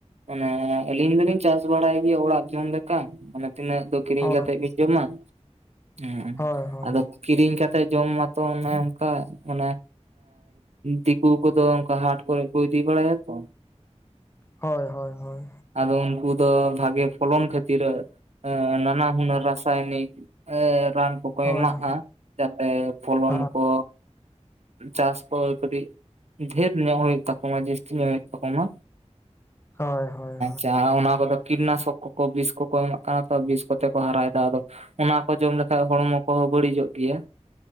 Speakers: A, on the right; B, on the left.
A: ᱢᱟᱱᱮ ᱟᱞᱤᱧ ᱫᱚᱞᱤᱧ ᱪᱟᱥ ᱵᱟᱲᱟᱭ ᱜᱮᱭᱟ ᱚᱲᱟᱜ ᱡᱚᱢ ᱞᱮᱠᱟ ᱢᱟᱱᱮ ᱛᱤᱱᱟᱹᱜ ᱫᱚ ᱠᱤᱨᱤᱧ
B: ᱦᱳᱭ
A: ᱠᱟᱛᱮᱜ ᱵᱤᱱ ᱡᱚᱢᱟ ᱦᱩᱸ
B: ᱦᱳᱭ ᱦᱳᱭ
A: ᱟᱫᱚ ᱠᱤᱨᱤᱧ ᱠᱟᱛᱮᱜ ᱡᱚᱢ ᱢᱟᱛᱚ ᱚᱱᱮ ᱚᱱᱠᱟ ᱚᱱᱮ ᱫᱤᱠᱩ ᱩᱱᱠᱩ ᱫᱚ ᱚᱱᱠᱟ ᱦᱟᱴ ᱠᱚᱨᱮ ᱠᱚ ᱤᱫᱤ ᱵᱟᱲᱟᱭᱟᱠᱚ
B: ᱦᱳᱭ ᱦᱳᱭ ᱦᱳᱭ
A: ᱟᱫᱚ ᱩᱱᱠᱩ ᱫᱚ ᱵᱷᱟᱜᱮ ᱯᱷᱚᱞᱚᱱ ᱠᱷᱟᱹᱛᱤᱨ ᱱᱟᱱᱟᱦᱩᱱᱟᱹᱨ ᱨᱟᱥᱟᱭᱱᱤᱠ ᱮ ᱨᱟᱢ ᱯᱩᱨᱠ ᱠᱚ
B: ᱦᱳᱭ
A: ᱮᱢᱟᱜᱼᱟ ᱡᱟᱛᱮ ᱯᱷᱚᱞᱚᱱ
B: ᱦᱳᱭ
A: ᱠᱚ ᱪᱟᱥ ᱠᱚ ᱠᱟᱹᱴᱤᱡ ᱰᱷᱮᱨ ᱧᱚᱜ ᱦᱩᱭᱩᱜ ᱛᱟᱠᱚᱢᱟ ᱡᱟᱹᱥᱛᱤ ᱧᱚᱜ ᱦᱩᱭᱩᱜ ᱛᱟᱠᱟ ᱢᱟ
B: ᱦᱚᱭ ᱦᱚᱭ
A: ᱡᱟᱦᱟᱸ ᱚᱱᱟ ᱠᱚᱫᱚ ᱠᱤᱴᱱᱟᱥᱚᱠ ᱠᱚᱠᱚ ᱵᱤᱥ ᱠᱚᱠᱚ ᱮᱢᱟᱜ ᱠᱟᱱᱟ ᱛᱚ ᱵᱤᱥ ᱠᱚᱛᱮ ᱠᱚ ᱦᱟᱨᱟᱭ ᱮᱫᱟ ᱟᱫᱚ ᱚᱱᱟ ᱠᱚ ᱡᱚᱢ ᱞᱮᱠᱷᱟᱡ ᱦᱚᱲᱢᱚ ᱠᱚᱦᱚᱸ ᱵᱟᱹᱲᱤᱡᱚᱜ ᱜᱮᱭᱟ